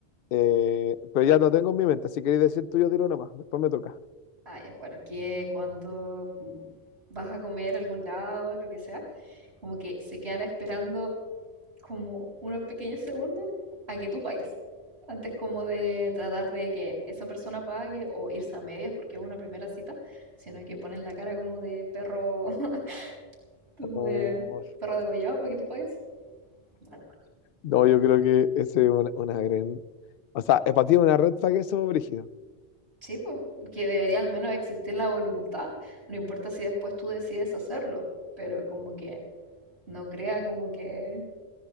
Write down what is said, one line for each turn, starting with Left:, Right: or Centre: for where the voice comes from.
Left: Eh, pero ya lo tengo en mi mente. Si queréis decir tuyo, tiro nomás. Después me toca.
Right: Ah, ya, bueno, que cuando mm, vas a comer a algún lado, lo que sea, como que se quedan esperando como unos pequeños segundos a que tú pagues. Antes como de tratar de que esa persona pague o irse a medias porque es una primera cita, sino que ponen la cara como de perro, <laughs> como
Left: Oh,
Right: de perro degollado para que tú pagues. Mal, mal.
Left: no, yo creo que ese es una, una gran. O sea, es para ti una red flag eso, brígido.
Right: Sí, pues, que debería al menos existir la voluntad, no importa si después tú decides hacerlo, pero como que no crea como que